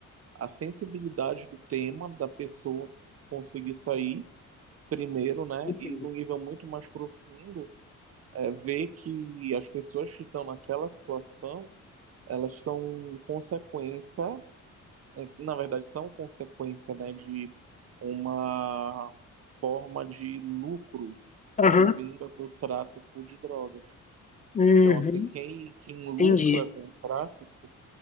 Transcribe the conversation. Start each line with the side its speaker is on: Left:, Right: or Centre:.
Right: a sensibilidade do tema da pessoa conseguir sair primeiro, né?
Left: Entendo.
Right: E no nível muito mais profundo, é, ver que as pessoas que estão naquela situação, elas são consequência, é, na verdade, são consequência, né, de uma forma de lucro advinda
Left: Aham.
Right: do tráfico de drogas.
Left: Uhum.
Right: Então, assim, quem, quem lucra
Left: Entendi.
Right: com o tráfico,